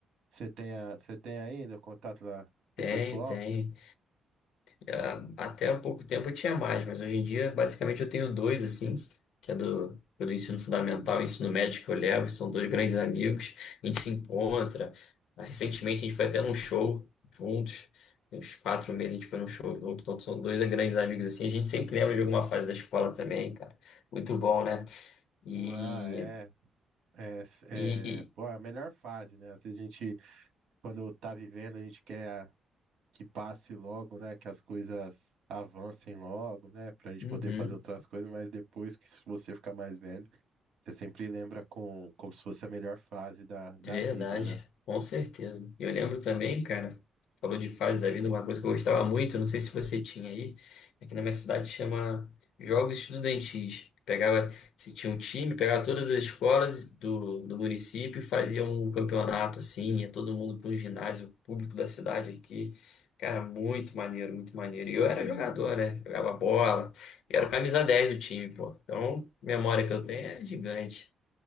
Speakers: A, on the right; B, on the left.
A: Você tem, a, você tem ainda o contato da, do
B: Tem,
A: pessoal?
B: tem. Ah, Até há pouco tempo eu tinha mais, mas hoje em dia, basicamente, eu tenho dois, assim, que é do, é do ensino fundamental e ensino médio que eu levo, são dois grandes amigos, a gente se encontra. Ah, Recentemente, a gente foi até num show juntos, Tem uns quatro meses a gente foi num show junto, então são dois grandes amigos, assim, a gente sempre lembra de alguma fase da escola também, cara. Muito bom, né? E,
A: Ah, é. É,
B: e, e-
A: é, pô, é a melhor fase, né? Às vezes a gente, quando tá vivendo, a gente quer que passe logo, né? Que as coisas avancem logo, né? Pra gente
B: Uhum.
A: poder fazer outras coisas, mas depois que se você ficar mais velho, você sempre lembra com, como se fosse a melhor fase da, da
B: Verdade,
A: vida, né?
B: com certeza. Eu lembro também, cara, falou de fase da vida, uma coisa que eu gostava muito, não sei se você tinha aí, aqui na minha cidade chama Jogos Estudantis. Pegava, se tinha um time, pegava todas as escolas do, do município e fazia um campeonato assim, ia todo mundo para um ginásio público da cidade aqui. Cara, muito maneiro, muito maneiro. E eu era jogador, né? Jogava bola, e era o camisa 10 do time, pô. Então, memória que eu tenho é gigante.